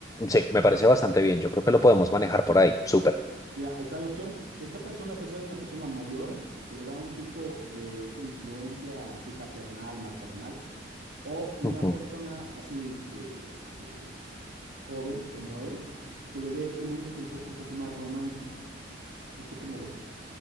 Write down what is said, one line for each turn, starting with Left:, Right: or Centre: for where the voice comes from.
Left: Sí, me parece bastante bien, yo creo que lo podemos manejar por ahí, súper.
Right: Mira, ahí está la opción. Esta persona puede ser una persona mayor que le da un tipo de influencia así paternal, maternal, o una
Left: Ujú.
Right: persona así de este joven como él, que le dé un enfoque un poco más romántico. ¿Tú, tú cómo ves?